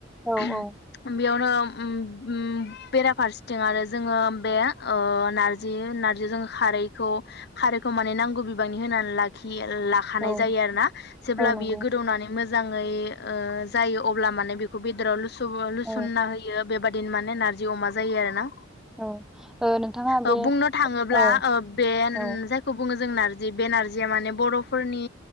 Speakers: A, in the centre; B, on the left.
A: औ
B: <unintelligible>
A: औ
B: बेयावनो उम उम बेराफारसेथिं आरो जोङो बे ओ नारजि नारजिजों खारै खौ खारैखौ माने नांगौ बिबांनि होनानै लाखियो लाखानाय
A: औ
B: जायो आरोना जेब्ला
A: औ नंगौ
B: बियो गोदौनानै मो जाङै ओ जायो अब्ला माने बेखौ बेदराव लु सुबो लुसना
A: औ
B: होयो। बेबादिनो माने नारजि अमा जायो आरो ना।
A: औ ओ नोंथाङा
B: ओ
A: बे
B: बुंनो थाङोब्ला
A: औ
B: ओ बे उम
A: औ
B: जायखौ बुङो जों नारजि बे नारजिया माने बर'फोरनि